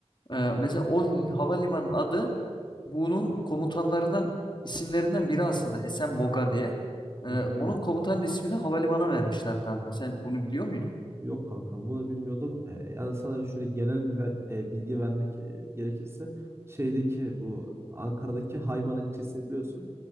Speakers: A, on the left (about 45°); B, on the right (about 20°).
A: Ee, mesela o l- havalimanının adı bunun komutanlarından isimlerinden biri aslında Esenboga diye. Ee,
B: Hı hı.
A: onun komutanın ismini havalimanına vermişler kanka. Sen bunu biliyor muydun?
B: Yok kankam bunu bilmiyordum. Ee, yani sana şöyle genel bir ve- e, bilgi vermek e, gerekirse şeydeki bu Ankara'daki Hayman ilçesini biliyorsun.